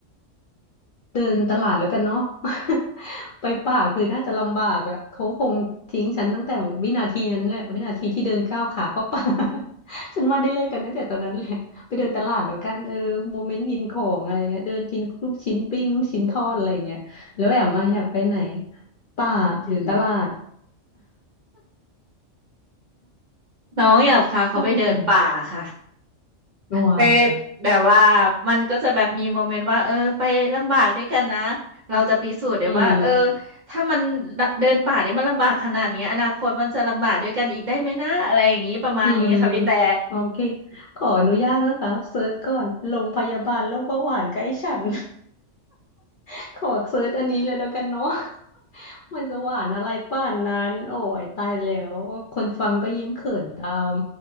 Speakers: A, on the left (about 60°); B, on the right (about 50°).
A: เดินตลาดแล้วกันเนาะ <laughs> ไปป่าคือน่าจะลำบากอ่ะเขาคงทิ้งฉันตั้งแต่วินาทีนั้นแหละวินาทีที่เดินก้าวขาเข้าป่า <laughs> ฉันว่าได้เลิกกันตั้งแต่ตอนนั้นแหละไปเดินตลาดแล้วกันเออโมเมนต์กินของอะไรเงี้ยเดินกินลูกชิ้นปิ้งลูกชิ้นทอดอะไรเงี้ยแล้วแอมมาอยากไปไหนป่าหรือตลาด
B: อืม
A: <laughs>
B: น้องอยากพาเขาไปเดินป่าค่ะ
A: ถ้าเป็นอย่างนั้นโอ้ย
B: ไปแบบว่ามันก็จะแบบมีโมเมนต์ว่าเออไปลำบากด้วยกันนะเราจะพิสูจน์เดี๋ยวว่าเออ
A: อืม
B: ถ้ามันเดินป่าเนี่ยมันลำบากขนาดนี้อนาคตมันจะลำบากด้วยกันอีกได้ไหมนะอะไรอย่างนี้ประมาณนี้ค่ะพี่แต่
A: อืมโอเคขออนุญาตนะคะเซิร์ชก่อนโรงพยาบาลโรคเบาหวานใกล้ฉัน <laughs> ขอเซิร์ชอันนี้เลยแล้วกันเนาะ <laughs> มันจะหวานอะไรป่านนั้นโอ้ยตายแล้ว คนฟังก็ยิ้มเขินตาม